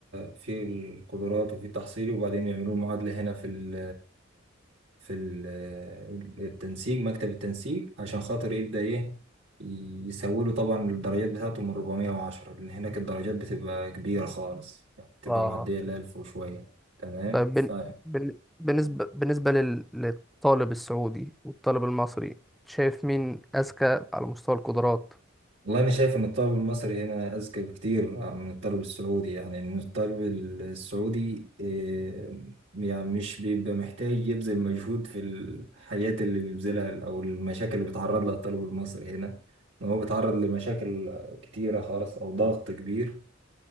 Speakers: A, on the right (about 65°); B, in the centre.
A: في القدرات وفي تحصيلي وبعدين يعملوا المعادلة هنا في ال في ال التنسيق مكتب التنسيق عشان خاطر يبدأ ايه يسوله طبعا الدرجات بتاعته من 410 لأن هناك الدرجات بتبقى كبيرة خالص يعني بتبقى
B: اه
A: معدية ال 1000 وشوية تمام
B: طيب
A: ف
B: بن... بن... بالنسبة بالنسبة لل... للطالب السعودي والطالب المصري شايف مين أذكى على مستوى القدرات؟
A: والله أنا شايف إن الطالب المصري هنا أذكى بكتير من الطالب السعودي يعني إن الطالب السعودي آه، يعني مش بيبقى محتاج يبذل مجهود في الحياة اللي بيبذلها أو المشاكل اللي بيتعرض لها الطالب المصري هنا إن هو بيتعرض لمشاكل كتيرة خالص أو ضغط كبير